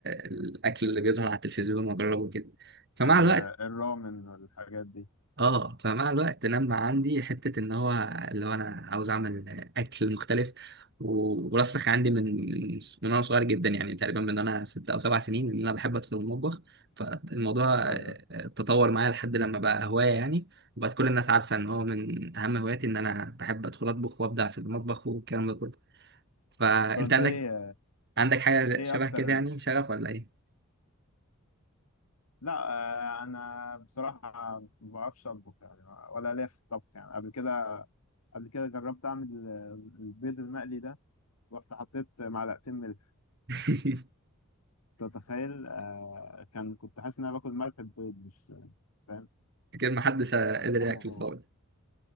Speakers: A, on the right; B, on the left.
A: الاكل اللي بيظهر على التلفزيون واجربه كده فمع
B: ال-
A: الوقت
B: الرامن والحاجات دي
A: اه فمع الوقت لما عندي حتة ان هو اللي هو انا عاوز اعمل اكل مختلف و- ورسخ عندي من من وانا صغير جدا يعني تقريبا من انا ست او سبع سنين ان انا بحب ادخل المطبخ فالموضوع آه،
B: ايوه
A: تطور معايا لحد لما بقى هواية يعني وبقت كل الناس عارفة ان هو من اهم هواياتي ان انا بحب ادخل اطبخ وابدع في المطبخ والكلام ده كله فانت
B: طب انت
A: عندك
B: ايه
A: عندك حاجة
B: ايه
A: شبه
B: اكتر
A: كده يعني شغف ولا ايه؟
B: لا آه، انا بصراحه ما بعرفش اطبخ يعني ولا ليا في الطبخ يعني قبل كده قبل كده جربت اعمل البيض المقلي ده رحت حطيت معلقتين ملح
A: <laughs>
B: تتخيل آه كان كنت حاسس ان انا باكل ملح البيض مش فاهم
A: اكيد محدش قدر
B: كان طعمه
A: ياكل خالص